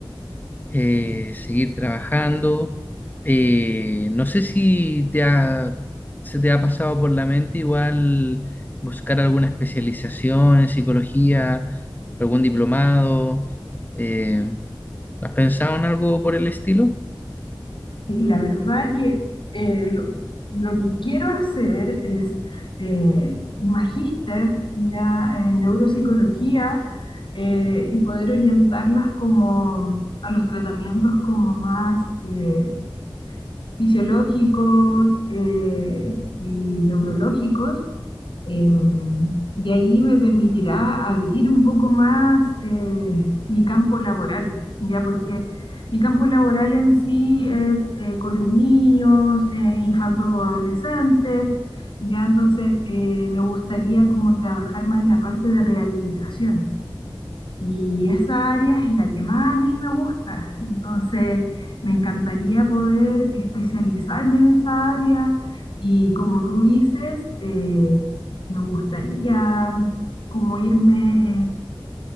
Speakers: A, on the left; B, on the left.
A: eh, seguir trabajando. Eh, no sé si te ha- se te ha pasado por la mente igual buscar alguna especialización en psicología, algún diplomado. eh, ¿has pensado en algo por el estilo?
B: Sí, la verdad que eh, lo, lo que quiero hacer es eh, un magíster ya en neuropsicología eh, y poder orientarlas como a los tratamientos como más eh, fisiológicos eh, y neurológicos, eh, y ahí me permitirá abrir un poco más eh, mi campo laboral, ya porque mi campo laboral en sí es eh, con niños, eh, infantos o adolescentes, ya entonces eh, me gustaría como trabajar más en la parte de rehabilitación y esa área es la que más a mí me gusta. Entonces, me encantaría poder especializarme en esa área y como tú dices, eh, me gustaría como irme en